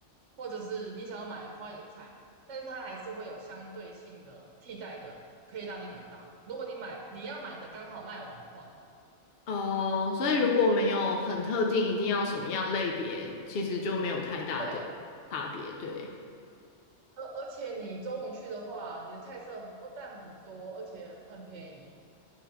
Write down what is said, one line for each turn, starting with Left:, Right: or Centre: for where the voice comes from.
Right: 或者是你想要买花野菜，但是它还是会有相对性的替代的，可以让你买到。如果你买你要买的刚好卖完的话，
Left: 哦，所以如果没有很特定，一定要什么样类别，其实就没有太大的差别。
Right: 对，
Left: 对，
Right: 而而且你中午去的话，你的菜色不但很多，而且很便宜。